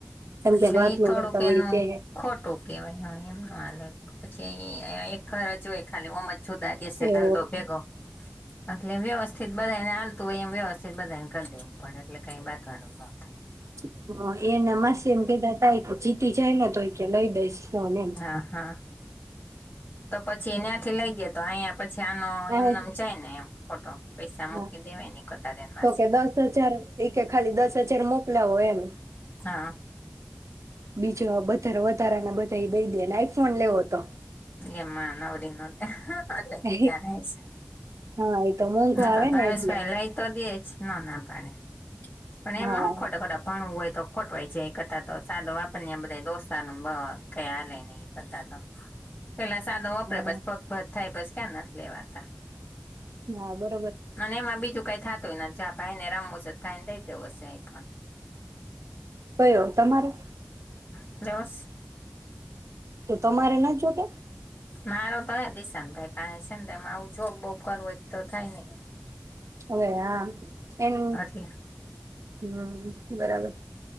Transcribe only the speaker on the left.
એટલે
એઈ થોડુંક
એનું
ખોટું કેહેવાય હો, એમ ન હાલે. પછી અહીં અહીંયા એક ઘર જ જુએ ખાલી ઓમજ સુદારી દશે
ધંધો ભેગો. એટલે વ્યવસ્થિત બધાને હાલતું હોય એમ વ્યવસ્થિત બધાને કરી દેવું પડે એટલે કઈ બાત <unintelligible>
હા, હા. તો પછી એ્યાંથી લઈ ગે તો અહીયા. પછી આનો
એમનેમ છેાય ને એમ. ખોટો. પૈસા મૂકી
દેવાય ને કતારે માસીને
હા
એમાં નવ દિ <unintelligible> અટલે
ખીજાણા હશે,
નખર
ભાવેશ
ભાઈ લઈ તો દેજ. ના ના પડે. પણ
એમાં હું ખોટા ખોટા ભણવું હોય... તો ખોટવાય છે, એ કરતા તો સાદો વાપર ને, અમ બધાય દોસ્તારનો બ કંઈ હાલે નહી એ કરતા તો. પેલા સાદો
વાપરે પસ પગભત થાય પછ ક્યાં નથી લેવાતા.
અને ને એમાં બીજું કય થાતુંય ને જ્યાં ભાઈ ને રમવું શે ભાઈને દઈ તેવું હશે. એ ફોન
<unintelligible>
મારો તો, હ દિશાંતભાઈ પાસે છે ને આવું જોબ બોબ કરવું, એ તો થાય નહીં એમ.
એટલે